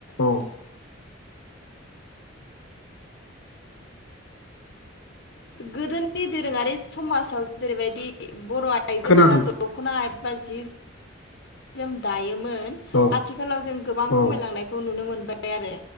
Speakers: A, on the left; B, on the left.
A: औ
B: गोदोनि दोरोङारि समाजाव जेरैबायदि बर' आयजोफोरा
A: खोनादों
B: दख दख'ना एबा जि <inaudible> जोम दायोमोन।
A: औ
B: आथिखालाव जों गोबां
A: औ
B: खमायलांनायखौ नुनो मोनबाय आरो।